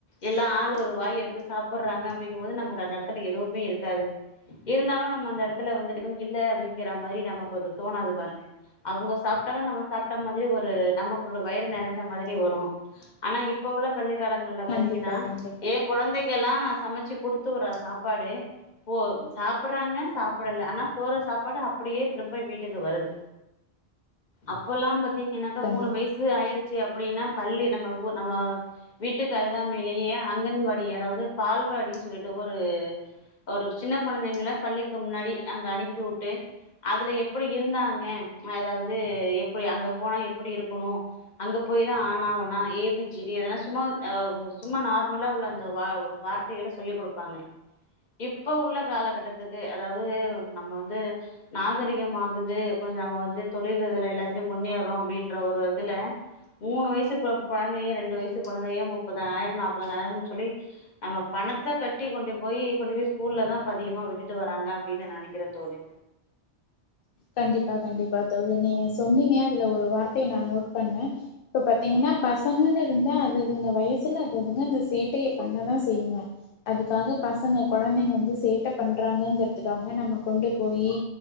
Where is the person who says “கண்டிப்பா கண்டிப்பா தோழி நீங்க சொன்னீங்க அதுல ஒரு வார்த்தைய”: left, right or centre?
Left